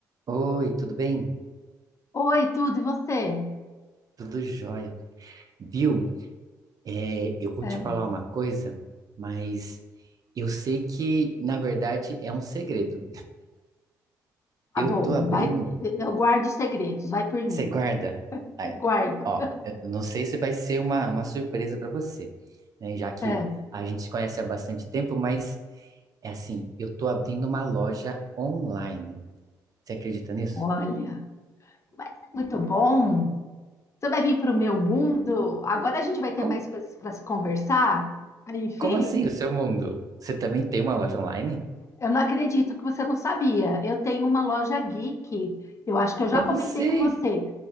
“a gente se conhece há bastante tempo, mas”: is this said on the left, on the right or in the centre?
Right